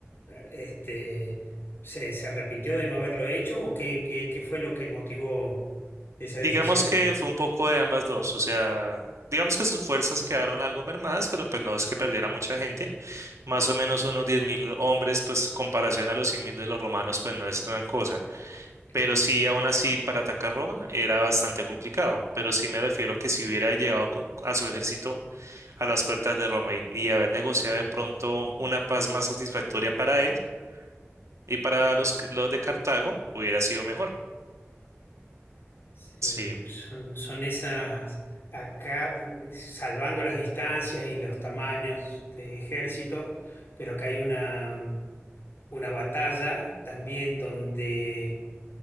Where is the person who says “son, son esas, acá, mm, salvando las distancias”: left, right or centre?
Left